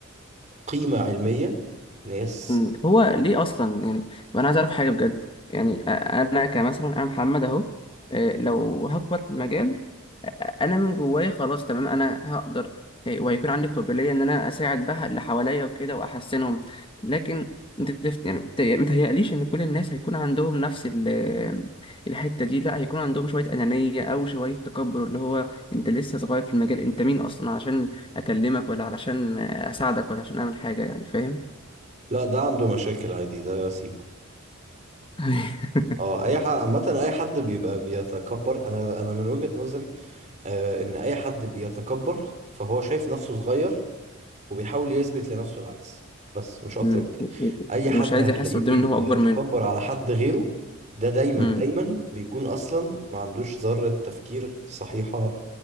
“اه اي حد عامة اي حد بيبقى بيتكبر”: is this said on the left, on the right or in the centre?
Right